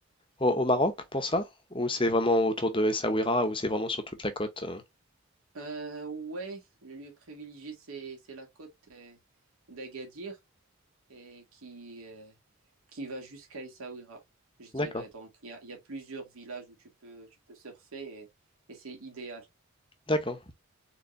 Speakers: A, on the left (about 25°); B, on the right (about 80°).
A: au, au Maroc pour ça? Ou c'est vraiment autour de Essaouira ou c'est vraiment sur toute la côte? euh
B: Euh, ouais, le lieu privilégié, c'est, c'est la côte euh, d'Agadir. et qui, euh, qui va jusqu'à Essaouira, je dirais.
A: D'accord,
B: Donc, il y a, il y a plusieurs villages où tu peux, tu peux surfer et, et c'est idéal.
A: d'accord.